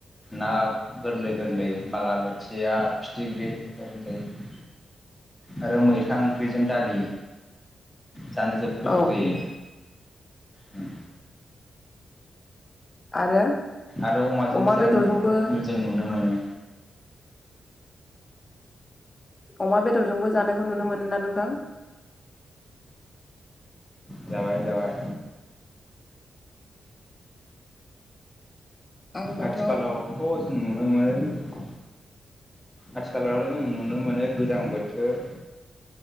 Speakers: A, in the centre; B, on the left.
A: ना गोरलै गोरलै बालाबोथिया फिथिख्रि बेफोर होन जायो आरो मैथा ओंख्रिजों दालि जानो जोबोद गोथाव
B: औ
A: जायो उम
B: आरो
A: आरो अमाजोंबो
B: अमा
A: जानानै
B: बेदरजोंबो
A: जों नुनो मोनो
B: अमा बेदरजोंबो जानायखौ नुनो मोनो ना नोंथां
A: जाबाय जाबाय
B: आंबाथ'
A: आथिखालावथ'
B: औ
A: जों नुनो मोनो आथिखालावथ' जों नुनो मोनो गोजां बोथोर